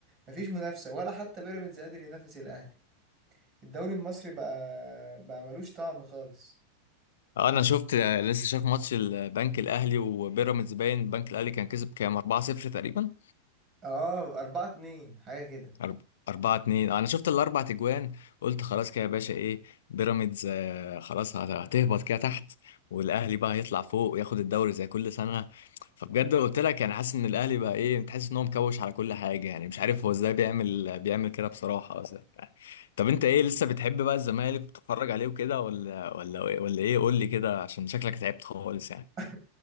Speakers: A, on the right; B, on the left.
A: مفيش منافسه ولا حتى بيراميدز قادر ينافس الاهلي الدوري المصري بقى بقى ملوش طعم خالص
B: اه انا شفت لسه شايف ماتش البنك الاهلي وبيراميدز باين البنك الاهلي كان كسب كام 4-0 تقريبا
A: اه أربعة اتنين حاجة كده
B: أرب... أربعة اتنين أنا شفت الأربع تجوان قلت خلاص كده يا باشا إيه بيراميدز آه، خلاص هت- هتهبط كده تحت والأهلي بقى هيطلع فوق وياخد الدوري زي كل سنة فبجد قلت لك يعني حاسس إن الأهلي بقى إيه تحس إن هو مكوش على كل حاجة يعني مش عارف هو إزاي بيعمل بيعمل كده بصراحة أصلا طب أنت إيه لسه بتحب بقى الزمالك بتتفرج عليه وكده ولا ولا إيه، ولا إيه قول لي كده عشان شكلك تعبت خالص يعني
A: <laughs>